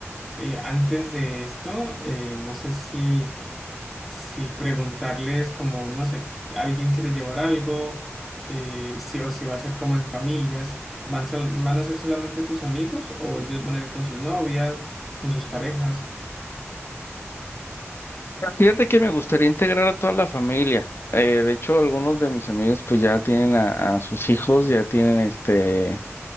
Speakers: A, in the centre; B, on the left.
A: Eh, antes de esto, eh, no sé si, si preguntarles como, no sé, alguien quiere llevar algo, eh, si, o si va a ser como en familias, ¿van, sol- van a ser solamente tus amigos o ellos van a ir con sus novias, con sus parejas?
B: Fíjate que me gustaría integrar a toda la familia. Eh, de hecho, algunos de mis amigos pues ya tienen a, a sus hijos, ya tienen este,